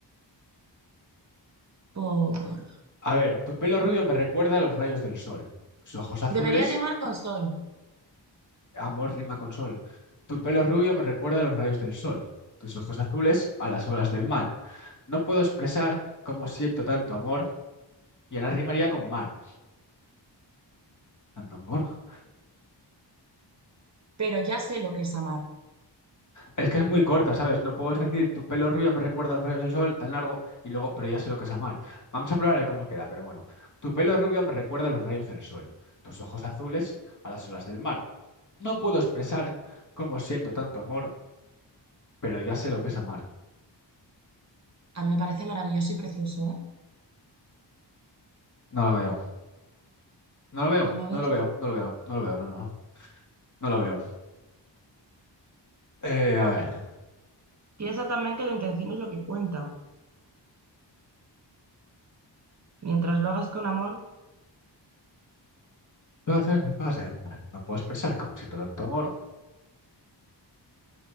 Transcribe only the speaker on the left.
A ver, tu pelo rubio me recuerda a los rayos del sol. Tus ojos azules
Amor rima con sol. Tu pelo rubio me recuerda a los rayos del sol, tus ojos azules a las olas del mar. No puedo expresar cómo siento tanto amor, y ahora rimaría con mar. Tanto amor.
Es que es muy corta, ¿sabes? No puedes decir tu pelo rubio me recuerda a los rayos del sol, tan largo, y luego, pero ya sé lo que es amar. Vamos a probar a ver cómo queda, pero bueno. Tu pelo rubio me recuerda a los rayos del sol, tus ojos azules a las olas del mar. No puedo expresar cómo siento tanto amor, pero ya sé lo que es amar.
No la veo. No lo veo,
no
lo veo, no lo veo, no lo veo, no, no, no, no lo veo. Eh, a ver.
Entonces, entonces, no puedo expresar como siento tanto amor.